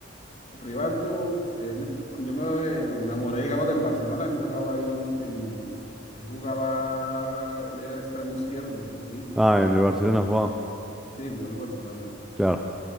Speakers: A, on the left (about 35°); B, in the centre.
A: Rivaldo, él- yo me enamoré, digamos, del Barcelona, él jugaba ahí en, en- él jugaba, él era extremo izquierdo, zurdito,
B: Ah, en el Barcelona jugaba.
A: sí, jugó en el Barcelona.
B: Claro.